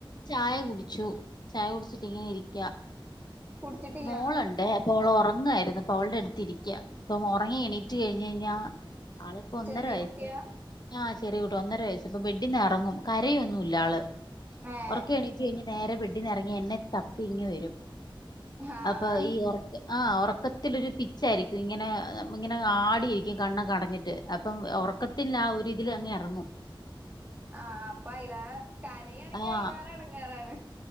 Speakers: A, on the left; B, on the right.
A: ചായ കുടിച്ചു ചായ കുടിച്ചിട്ടിങ്ങനെ ഇരിക്ക.
B: കുടിച്ചിട്ടില്ലാന്നോ
A: മോള്ണ്ട് അപ്പൊ അവള് ഒറങ്ങ യിര്ന്നു അപ്പവളട്ത്തിരിക്ക്യാ അപ്പൊ ഒറങ്ങി എണീറ്റ് കഴിഞ്ഞഴിഞ്ഞാ ആളിപ്പൊന്നര
B: ചെറിയ
A: വയസാണ്ട്
B: കുട്ടിയാ
A: ആഹ് ചെറിയ കുട്ട്യാ ഒന്നര വയസ്സ്പ്പൊ ബെഡിന്നെറങ്ങും കരയൊന്നുല്ലാള്
B: ഏഹ്
A: ഒറക്കെണീറ്റ് കഴിഞ്ഞ നേരെ ബെഡിന്നെറങ്ങി എന്നെ തപ്പി ഇങ്ങ് വരും
B: ആഹ്
A: അപ്പൊ ഈ ഒറ ആഹ് ഒറക്കത്തിലൊരു പിച്ചായിരിക്കും ഇങ്ങനെ ഇങ്ങനെ ആടിയിരിക്കും കണ്ണൊക്കടഞ്ഞിട്ട് അപ്പം ഒറക്ക ത്തിൽ ആ ഒരിതിലങ്ങെറങ്ങും.
B: ആഹ് അപ്പ അയ്ലേ കരയാണെങ്കി
A: ആഹ്
B: അയ്ലേറെടങ്ങേറാണ്.